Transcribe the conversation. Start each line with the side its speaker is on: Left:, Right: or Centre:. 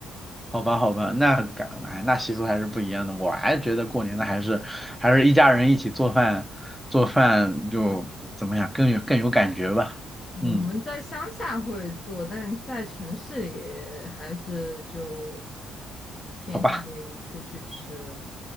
Centre: 好吧，好吧，那感，哎，那习俗还是不一样的。我还是觉得过年的还是还是一家人一起做饭，做饭就怎么样更有更有感觉吧。
Left: 哦，
Centre: 嗯，
Left: 我们在乡下会做，但在城市里还是就偏向于出去吃了
Centre: 好吧，